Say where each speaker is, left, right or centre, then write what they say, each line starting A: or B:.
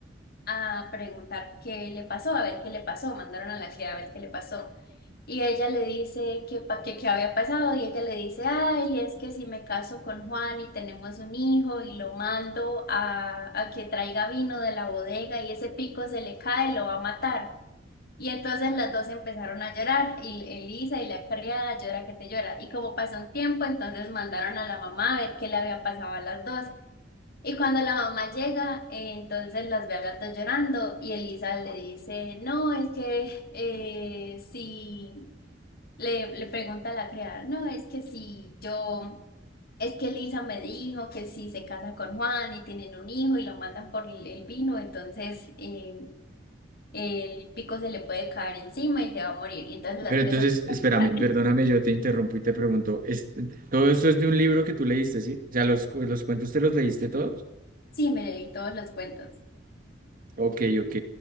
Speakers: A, on the left; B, on the right.
A: a preguntar qué le pasó, a ver qué le pasó, mandaron a la criada a ver qué le pasó. Y ella le dice que, pa- que qué había pasado y ella le dice, ay, es que si me caso con Juan y tenemos un hijo y lo mando a, a que traiga vino de la bodega y ese pico se le cae, lo va a matar. Y entonces las dos empezaron a llorar y Elisa y la criada llora que te llora. Y como pasó un tiempo, entonces mandaron a la mamá a ver qué le había pasado a las dos. Y cuando la mamá llega, eh, entonces las ve a las dos llorando y Elisa le dice, no, es que eh, si... Le, le pregunta a la criada, no, es que si yo, es que Lisa me dijo que si se casa con Juan y tienen un hijo y lo mandan por el, el vino, entonces eh, el pico se le puede caer encima y se va a morir. Y entonces las
B: Pero
A: tres
B: entonces,
A: se
B: espérame,
A: matan.
B: perdóname, yo te interrumpo y te pregunto, ¿es- todo esto es de un libro que tú leíste, ¿sí? O sea, los, cu- los cuentos te los leíste todos?
A: Sí, me leí todos los cuentos.
B: Ok, ok.